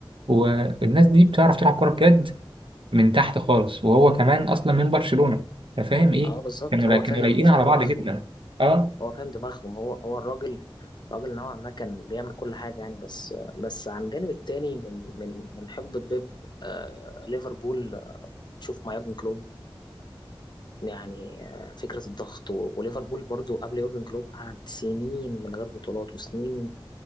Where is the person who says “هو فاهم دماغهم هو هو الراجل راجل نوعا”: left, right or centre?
Left